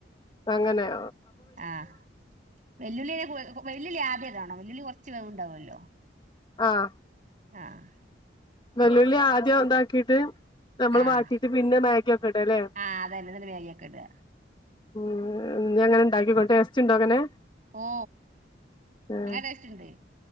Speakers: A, on the left; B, on the right.
A: അങ്ങനെയ
B: ആഹ് വെല്ലുള്ള്യ <unintelligible> നെ വെല്ലുള്ളി ആദ്യടണോ വെലുള്ളി കൊറ്ച്ച് വേവ്ണ്ടാവൊല്ലോ
A: ആഹ്
B: ആഹ്
A: വെല്ലുള്ളി ആദ്യം ഇതാക്കിട്ട് നമ്മൾ
B: ആഹ്
A: വാട്ടീട്ട് പിന്നെ മേ ഖ്യക്കെടലെ
B: ആഹ് അതന്നെ എന്നിട്ട് മാഗിയൊക്കെ ഇടുക
A: ഉ <unintelligible> ന ജങ്ങനെ ഉണ്ടാക്കിക്കോ ട്ടേസ്റ്റ്ഉണ്ടോ അങ്ങനെ
B: ഓ
A: ആഹ്
B: അങ്ങനെ ടേസ്റ്റ് ഉണ്ട്